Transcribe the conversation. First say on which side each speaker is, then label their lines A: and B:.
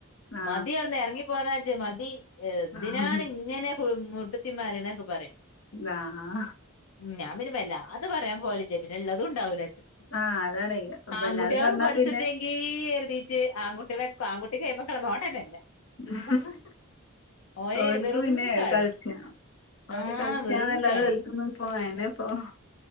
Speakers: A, on the left; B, on the left.
A: ആ
B: മതി അവിട്ന്ന് ഇറങ്ങി പോക മതി എന്തിനാണ്
A: ആ
B: ഇങ്ങനെ മുട്ടുത്തിമറി ണൊക്കെ പറിം
A: ഇതാ അഹ്
B: ഞാമ്പിന്നെ വല്ലാതെ പറയാ പോകലില്ല പിന്നെ ഉള്ളതുണ്ടാവില്ല
A: ആ അതാണേ
B: ആൺകുട്ടികളൊന്ന്
A: വല്ലാതെ പറഞ്ഞാ
B: പഠിച്ചിട്ടെങ്കീ
A: പിന്നെ
B: കരുതീട്ട് ആൺകുട്ടിക ആൺകുട്ടി ക റോടെന്നെല്ലേ
A: <unintelligible>
B: ഓന്
A: ഓല്ക്ക്
B: വെറും
A: പിന്നെ
B: കളി
A: കളിച്ച ഓര്
B: ആഹ്
A: കളിച്ചന്ന
B: വെറും
A: ല്ലാതെ
B: കളി
A: ഒൽ ക്കൊന്നും പോയും ഓഹ്